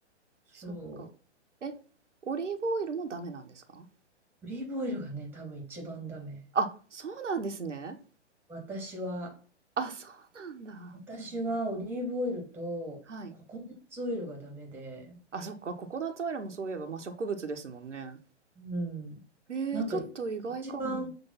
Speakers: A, in the centre; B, on the right.
A: そう。
B: そっか。え、オリーブオイルもダメなんですか
A: オリーブオイルがね、多分一番ダメ。
B: あ、そうなんですね。
A: 私は
B: あ、そうなんだ。
A: 私はオリーブオイルとココナッツオイルがダメで、
B: はい。あ、そっか、ココナッツオイルもそういえば、まあ、植物ですもんね。
A: うん。
B: えー、
A: なんか
B: ちょっと意外かも。
A: 一番